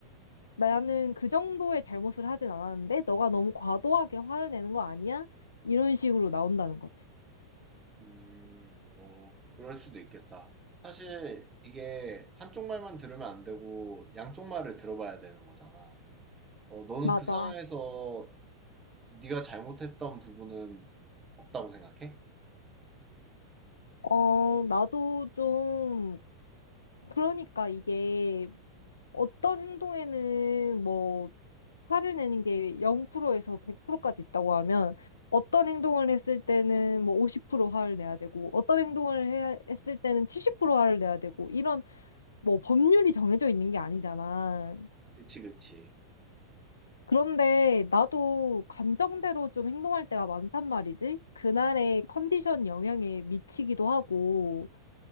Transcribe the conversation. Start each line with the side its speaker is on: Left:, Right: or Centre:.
Left: 나는 그 정도의 잘못을 하진 않았는데 너가 너무 과도하게 화를 내는 거 아니야? 이런 식으로 나온다는 거지.
Right: 음, 뭐, 그럴 수도 있겠다. 사실 이게 한쪽 말만 들으면 안 되고 양쪽 말을 들어봐야 되는 거잖아. 어, 너는
Left: 맞아.
Right: 그 상황에서 네가 잘못했던 부분은 없다고 생각해?
Left: 어, 나도 좀, 그러니까 이게 어떤 행동에는 뭐 화를 내는 게 0%에서 100%까지 있다고 하면 어떤 행동을 했을 때는 뭐 50% 화를 내야 되고 어떤 행동을 해야, 했을 때는 70% 화를 내야 되고 이런 뭐 법률이 정해져 있는 게 아니잖아.
Right: 그치, 그치.
Left: 그런데 나도 감정대로 좀 행동할 때가 많단 말이지. 그날의 컨디션 영향에 미치기도 하고